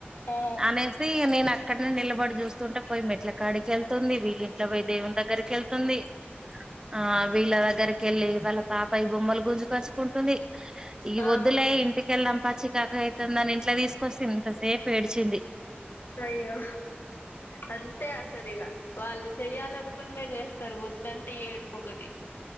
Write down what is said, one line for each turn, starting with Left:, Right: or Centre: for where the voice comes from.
Left: ఆ
Right: అనేసి నేను అక్కడే నేను నిలబడి చూస్తుంటే పోయి మెట్ల కాడికి వెళ్తుంది వీళ్ళ ఇంట్ల పోయి దేవుని దగ్గరికి వెళ్తుంది ఆ విల దగ్గర రిక వెళ్లి వాళ్ళ పాప గుమ్మలు గుజలు చుకుంటుంది ఈ
Left: ఆ ఆ
Right: వద్దులే ఇంటికెళ్ళం పచ్చి కాక అయితుంది దాన్ని ఇంట్లో తీసుకొస్థి ఇంత సేపు ఏడిచింది
Left: అయ్యో అంతే సరిగా వాళ్ళు చెయ్యాలనుకుందే చేస్తారు వద్దంటే ఏడుపు ఒకటి